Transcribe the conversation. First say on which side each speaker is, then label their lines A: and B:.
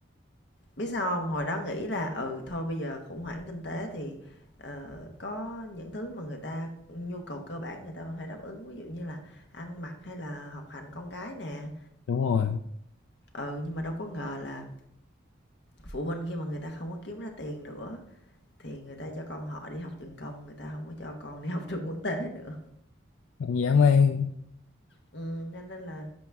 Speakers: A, on the left; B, on the left.
A: biết sao không hồi đó nghĩ là ừ thôi bây giờ khủng hoảng kinh tế thì ờ, có những thứ mà người ta nhu cầu cơ bản người ta vẫn phải đáp ứng ví dụ như là ăn mặc hay là học hành con cái nè
B: Đúng rồi,
A: ừ nhưng mà đâu có ngờ là phụ huynh khi mà người ta không có kiếm ra tiền nữa thì người ta cho con họ đi học trường công người ta không có cho con đi học trường quốc tế nữa
B: Còn dã man.
A: Ừm, cho nên là